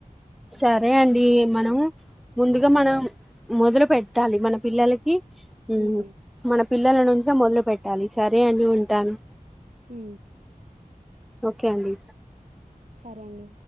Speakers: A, in the centre; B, on the right (about 55°).
A: సరే అండి మనం ముందుగా మనం మొదలు పెట్టాలి మన పిల్లలకి మ్
B: హ్మ్.
A: మన పిల్లల నుంచి మొదలు పెట్టాలి సరే అండి ఉంటాను
B: మ్
A: ఓకే అండి
B: సరే అండి